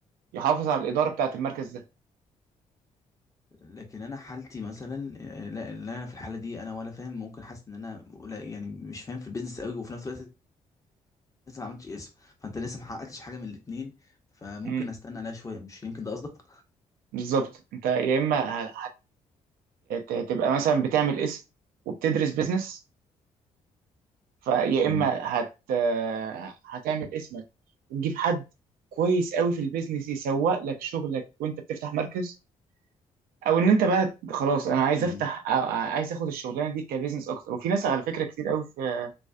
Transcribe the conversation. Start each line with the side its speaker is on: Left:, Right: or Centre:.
Right: يحافظ على الاداره بتاعه المركز ده
Left: لكن انا حالتي مثلا آه، لا لا انا في الحاله دي انا ولا فاهم ممكن حاسس ان انا ولا- يعني مش فاهم في البيزنس قوي وفي نفس الوقت لسه ما عملتش اسم فانت لسه ما حققتش حاجه من الاتنين فممكن
Right: امم
Left: استنى عليها شويه مش يمكن ده قصدك
Right: بالظبط انت يا اما هتبقى مثلا بتعمل اسم وبتدرس بيزنس فيا
Left: مم.
Right: اما هت آه، هتعمل اسمك وتجيب حد كويس قوي في البيزنس يسوق لك شغلك وانت بتفتح مركز او ان انت بقى خلاص انا
Left: مم.
Right: عايز افتح أو عايز اخد الشغلانه دي كبزنس اكتر وفي ناس على فكره كتير قوي في